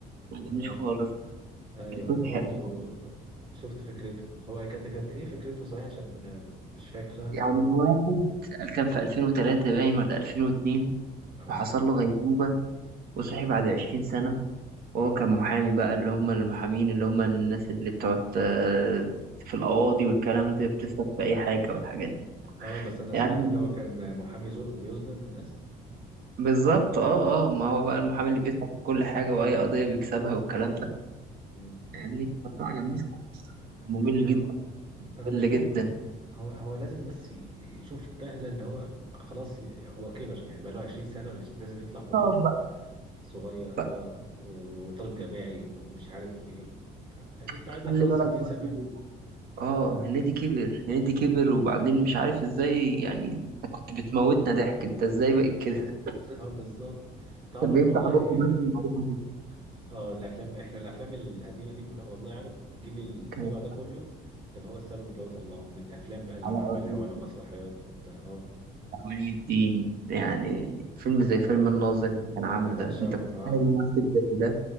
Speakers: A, on the right; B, on the right.
A: ما عجبنيش
B: اه
A: خالص
B: ايوه
A: كنت
B: انا برضو
A: حقيقة.
B: شفت فكرته هو كانت كانت ايه فكرته صحيح عشان م- مش فاكرة
A: يعني
B: قوي
A: واحد كان في 2003 باين ولا 2002
B: اه
A: وحصل له غيبوبة وصحي بعد 20 سنة وهو كان محامي بقى اللي هم المحامين اللي هم الناس اللي بتقعد آه، في القواضي والكلام ده بتسلك في أي حاجة والحاجات دي
B: اه بس انا
A: يعني
B: سمعت اللي هو كان محامي زو بيظلم الناس
A: بالظبط اه اه ما هو
B: امم
A: بقى المحامي اللي بيسلك في كل حاجة وأي قضية بيكسبها والكلام ده
B: امم
A: يعني بس ما عجبنيش خالص كان ممل
B: يعني آه.
A: جدا
B: انا
A: ممل
B: مش فاهم
A: جدا
B: هو هو لازم بس ي- يشوف نقلة اللي هو خلاص ي- هو كبر يعني بقى له 20 سنة مش لازم يطلع في دور
A: اه بقى
B: صغير اه
A: بقى
B: وطالب جامعي ومش عارف وايه وبتاع. يعني انت عندك
A: خلي
B: خلاص
A: بالك
B: 60
A: برضه
B: سنة يعني.
A: اه هنيدي كبر هنيدي كبر وبعدين مش عارف ازاي يعني انت كنت بتموتنا ضحك انت ازاي بقيت كده
B: <laughs> اه بالظبط تعرف
A: كان بيفتح
B: والله
A: بقه بس
B: اه
A: ومعرفش
B: آه، الافلام احنا الافلام القديمة دي كلها والله عارف الجيل اللي
A: يتكلم
B: طلع ده كله كان هو السبب اللي هو طلعه من الافلام بقى اللي
A: على
B: هو عملها
A: أوهام
B: ولا مسرحيات وبتاع اه
A: ولي الدين يعني فيلم زي فيلم
B: اه
A: الناظر اللي كان عامله
B: انا بعشقه
A: ده انت بتتخيل
B: اه
A: ممثل زي ده